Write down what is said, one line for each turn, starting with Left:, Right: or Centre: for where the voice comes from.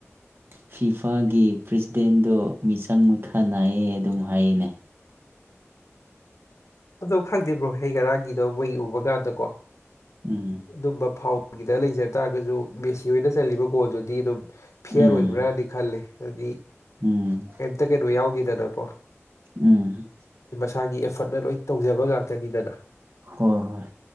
Right: ꯐꯤꯐꯥꯒꯤ ꯄ꯭ꯔꯁꯤꯗꯦꯟꯗꯣ ꯃꯤꯆꯪ ꯃꯤꯈꯥ ꯅꯥꯏꯌꯦ ꯑꯗꯨꯝ ꯍꯥꯏꯌꯦꯅꯦ
Left: ꯑꯗꯣ ꯈꯪꯗꯦꯕ꯭ꯔꯣ ꯑꯩ ꯉꯔꯥꯡꯒꯤꯗꯣ ꯃꯣꯏꯒꯤ ꯎꯕ ꯀꯥꯟꯗ ꯀꯣ
Right: ꯎꯝ
Left: ꯑꯗꯨꯝꯕ ꯐꯥꯎꯟꯒꯤꯗ ꯂꯩꯖꯕ ꯇꯥꯔꯒꯁꯨ ꯃꯦꯁꯤ ꯍꯣꯏꯅ ꯆꯜꯂꯤꯕ ꯒꯣꯜꯗꯨꯗꯤ ꯑꯗꯨꯝ ꯐꯤꯌꯔ
Right: ꯎꯝ
Left: ꯑꯣꯏꯕ꯭ꯔꯥꯗꯤ ꯈꯜꯂꯦ ꯑꯗꯨꯗꯤ
Right: ꯎꯝ
Left: ꯀꯩꯝꯇ ꯀꯩꯅꯣ ꯌꯥꯎꯗꯦꯗꯅꯒꯣ
Right: ꯎꯝ
Left: ꯏꯁꯥꯒꯤ ꯑꯦꯐꯔꯠꯅ ꯂꯣꯏ ꯇꯧꯖꯕ ꯉꯥꯛꯇꯅꯤꯗꯅ
Right: ꯍꯣꯏ ꯍꯣꯏ